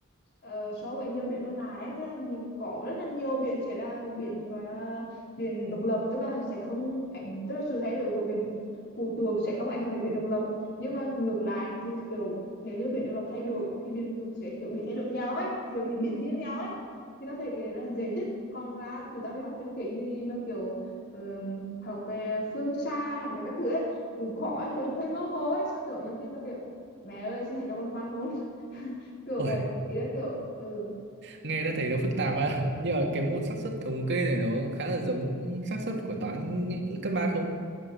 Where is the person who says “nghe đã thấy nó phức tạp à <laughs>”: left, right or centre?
Right